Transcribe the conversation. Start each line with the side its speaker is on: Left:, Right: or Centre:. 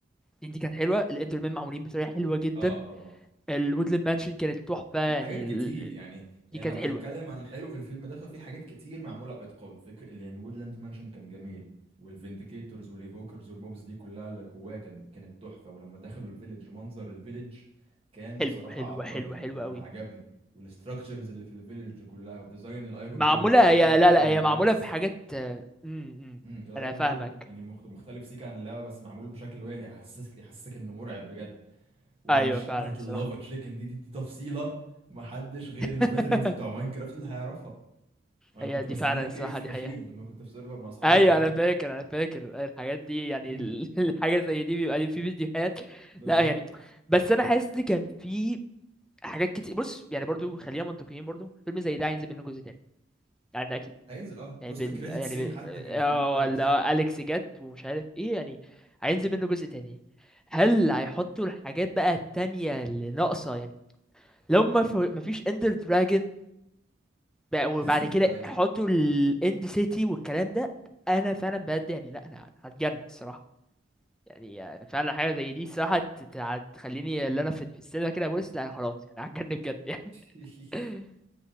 Centre: دي كانت حلوه الاندرمان معمولين بطريقه حلوه جدا
Right: اه اه اه
Centre: الوودلاند مانشن كانت تحفه يعني
Right: في حاجات كتير
Centre: ال... ال-
Right: يعني يعني
Centre: دي كانت
Right: لو هنتكلم
Centre: حلوه
Right: عن الحلو في الفيلم ده ففي حاجات كتير معموله باتقان فكر يعني الوودلاند مانشن كان جميل والفينديكيتورز والايفوكرز والموبز دي كلها اللي جواه كان كانت تحفه ولما دخلوا الفيليج منظر الفيليج كان
Centre: حلو
Right: بصراحه
Centre: حلوه
Right: عبقري
Centre: حلوه
Right: انا
Centre: حلوه قوي
Right: انا عجبني والاستراكشرز اللي في الفيليج كلها وديزاين الايرون
Centre: معمولة
Right: جولم مختلف
Centre: هي لا
Right: سيكا
Centre: لا
Right: عن
Centre: هي
Right: اللعبه
Centre: معمولة
Right: بس
Centre: بحاجات امم امم،
Right: امم الايرون
Centre: انا فاهمك
Right: جولم يعني مخت- مختلف سيكا عن اللعبه بس معمول بشكل اللي هو يحسسك يحسسك انه مرعب بجد والماشين
Centre: ايوه فعلا
Right: بتاعت
Centre: الصراحة
Right: اللافا تشيكن دي دي, دي تفصيله محدش غير
Centre: <laughs>
Right: الفيترنز بتوع ماينكرافت اللي هيعرفها انا
Centre: هي
Right: كنت
Centre: دي
Right: بسميها
Centre: فعلا
Right: كي
Centre: الصراحة
Right: اف سي
Centre: دي
Right: ماشين
Centre: حقيقة
Right: لما كنت في سيرفر مع اصحابي
Centre: ايوه
Right: زمان
Centre: انا فاكر انا فاكر الحاجات دي يعني
Right: امم
Centre: ال- <laughs> الحاجة زي دي بيبقى لي في فيديوهات
Right: بالظبط
Centre: لا يعني بس انا حاسس ان كان في حاجات كتير بص يعني برضو خلينا منطقيين برضو فيلم زي ده هينزل منه جزء تاني يعني ده اكيد
Right: هينزل اه بوست
Centre: يعني بال
Right: كريدت
Centre: يعني
Right: سين
Centre: ب...
Right: حتى
Centre: اه
Right: كان فيه اليكس
Centre: ولا اليكس جت ومش عارف ايه يعني هينزل منه جزء تاني هل هيحطوا الحاجات بقى التانية اللي ناقصة يعني لو ما ف- ما فيش اندر دراجون بقى- وبعد
Right: لازم يتعلموا
Centre: كده حطوا
Right: يعني
Centre: الاند
Right: هو
Centre: سيتي والكلام ده انا فعلا بجد يعني لا انا هتجنن الصراحه يعني فعلا حاجه زي دي الصراحه هت- هتخليني اللي انا في في السينما كده بص لا خلاص انا هتجنن بجد يعني
Right: <laughs>
Centre: <laughs>